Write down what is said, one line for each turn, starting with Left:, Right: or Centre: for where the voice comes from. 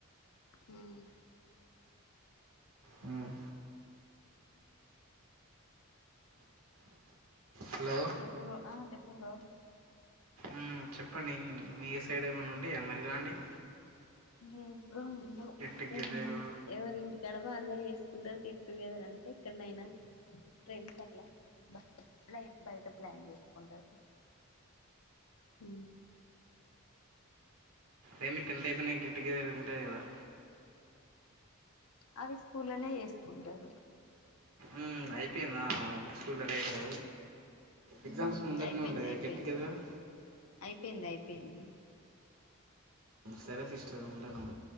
Left: మ్..
Right: మ్.. హలో
Left: చెప్ బ్రొ ఆ చెప్పు బ్రో
Right: మ్.... చెప్పండి మీ సైడ్ ఏమైన్న ఉంటయ మరి ఇలాంటియ్
Left: లేదు బ్రో ఉండవు
Right: టుగెదరు
Left: ఉన్నా ఎవరి ఇంటి కాడ వాళ్ళె చేసు పాలు గెట్ టు గెదర్ అంటే ఎక్కడనైనా ట్రెండ్స్ అట్లా బ బ్లైట్ బయట ప్లాన్ చేసుకుంటారు మ్
Right: ఏ మీ టెన్త్ అయిపొయినయ్ గెట్ టుగెదర్ <unintelligible>
Left: అవి స్కూల్లోనే చేసుకుంటారు
Right: మ్... అయిపోయినా స్కూల్ అయిపొయా ఎగ్జామ్స్ ముందరనే
Left: అయిపోయింది
Right: ఉంటాయా
Left: అయిపోయింది
Right: గెట్ టుగెదర్
Left: అయిపోయింది అయిపోయింది
Right: సరసి ఇస్ ఉండను